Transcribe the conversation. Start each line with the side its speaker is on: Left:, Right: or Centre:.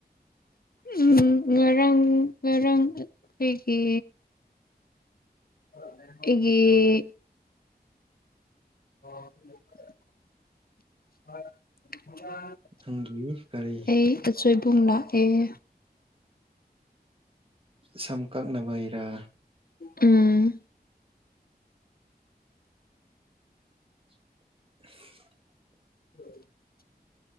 Left: ꯎꯝ ꯉꯔꯥꯡ ꯉꯔꯥꯡ ꯑꯩꯒꯤ, ꯑꯩꯒꯤ, <unintelligible>
Right: ꯃꯊꯪꯒꯤ ꯀꯔꯤ?
Left: ꯑꯩ ꯑꯆꯣꯏꯕꯨꯡ ꯂꯥꯛꯑꯦ꯫
Right: ꯁꯝ ꯀꯛꯅꯕꯩꯔꯥ?
Left: ꯎꯝ꯫
Right: <inaudible>
Left: <inaudible>